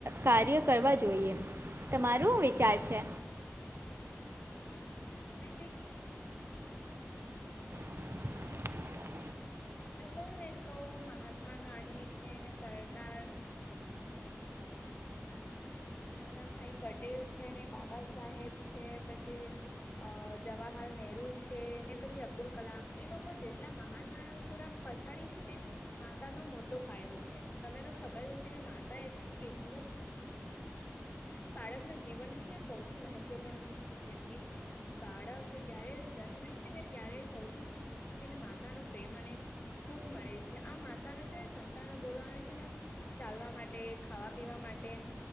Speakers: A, on the right; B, on the left.
A: કાર્ય કરવા જોઈએ. તમારું વિચાર છે.
B: હા તમે જે કીધું તે ખરેખર ચોક્કસ કીધું
A: <unintelligible>
B: હવે હું બીજું કવ ને તો મહાત્મા ગાંધી છે ને સરદાર <inaudible> સરદાર છે ને વલ્લભભાઈ પટેલ છે ને બાબા સાહેબ છે પછી. અ જવાહરલાલ નેરુ છે ને પછી અબ્દુલ કલામ એ લોકો જેટલા મહાન માણસોના પછાડી છે ને માતા નો મોટો પાયો છે તમને તો ખબર હશે કે માતા એટલે કેટલું મા એ બાળક ના જીવન છે ને સૌથી મહત્વપૂર્ણ વ્યક્તિ છે અને બાળક જયારે જન્મે છે ને ત્યારે સૌથી પહેલા તેને માતાનો પ્રેમ અને ભૂખ મળે છે આ માતાનો છે ને સંતાનો બોલાવાની છે ને ચાલવા માટે, ખાવા પીવા માટે